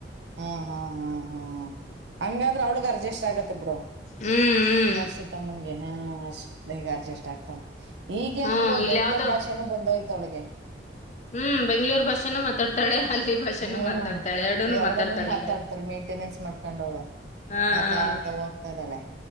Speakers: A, on the right (about 75°); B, on the left (about 40°).
A: ಹ್ಮ್ ಹ್ಮ್ ಹ್ಮ್ ಹ್ಮ್ ಹಂಗಾದ್ರೆ ಅವ್ಳಗ್ ಅರ್ಜಸ್ಟ್ ಆಗತ್ತ ಬಿಡು
B: ಹ್ಮ್ ಹ್ಮ್
A: ಹರ್ಷಿತ ಅಮ್ಮಂಗೆ ಹಾ ಅಷ್ಟ್ ಈಗ ಅಡ್ಜಸ್ಟ್ ಆಗ್ತಾನ ಈಗ
B: ಹ್ಮ್
A: ಏನ್ ಬಿಡು
B: ಇಲ್ಲಿ
A: ಬೆಂಗಳೂರ್
B: ಯಾವ್ದೋ
A: ಭಾಷೆನ ಬಂದೋಯ್ತು ತೋಳಿಗೆ
B: ಹ್ಮ್ ಬೆಂಗ್ಳೂರ್ ಭಾಷೆನ ಮಾತಡ್ತವಿ ಮಾತಾಳೆ ಹಳ್ಳಿ ಭಾಷೆನು
A: ಹ್ಮ್
B: ಮಾತಾಡ್ತಾಳೆ ಎರಡನು
A: ಎರಡನ್ನು
B: ಮಾತಾಡ್ತಾಳೆ
A: ಮಾತಾಡ್ತಾಳ
B: ಈಗ
A: ಮೇಂಟೆನೆನ್ಸ್ ಮಾಡ್ಕೊಂಡವಳು
B: ಹಾ
A: ಮಾತಾಡ್ತಾ
B: ಹ
A: ಹೋಗ್ತಾ ಇದ್ದಾಳೆ